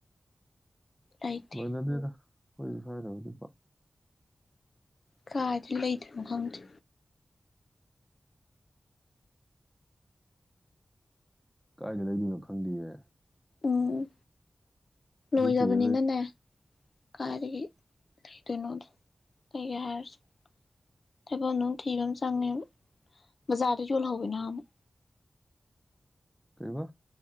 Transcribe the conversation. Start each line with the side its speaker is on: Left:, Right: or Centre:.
Left: ꯂꯩꯇꯦ
Centre: ꯂꯣꯏꯅꯗꯤꯦꯗ ꯑꯩꯈꯣꯏꯁꯨ ꯁ꯭ꯋꯥꯏꯗꯕꯗꯤ
Left: ꯀꯥꯏꯗꯤ ꯂꯩꯗ꯭ꯅꯣ ꯈꯪꯗꯦ
Centre: ꯀꯥꯏꯗ ꯂꯩꯗꯣꯏꯅꯣ ꯈꯪꯗꯌꯦ
Left: ꯎꯝ ꯂꯣꯏꯖꯕꯅꯤꯅꯅꯦ
Centre: ꯊꯤꯔ ꯂꯩ
Left: ꯀꯥꯏꯗꯒꯤ ꯂꯩꯗꯣꯏꯅꯣꯗ ꯂꯩꯒꯦ ꯍꯥꯏꯔꯁꯤ ꯊꯥꯏꯕ ꯑꯗꯨ ꯊꯤꯕ ꯑꯃ ꯆꯪꯉꯦ ꯕꯖꯥꯔꯗ ꯌꯣꯜꯍꯧꯋꯤ ꯅꯍ ꯑꯃꯨꯛ
Centre: ꯀꯩꯕ